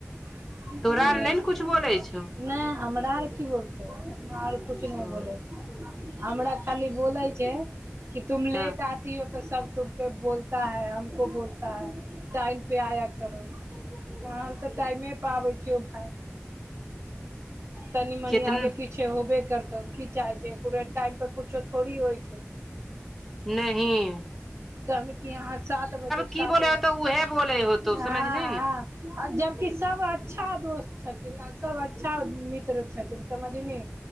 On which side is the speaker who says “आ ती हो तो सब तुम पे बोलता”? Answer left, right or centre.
Right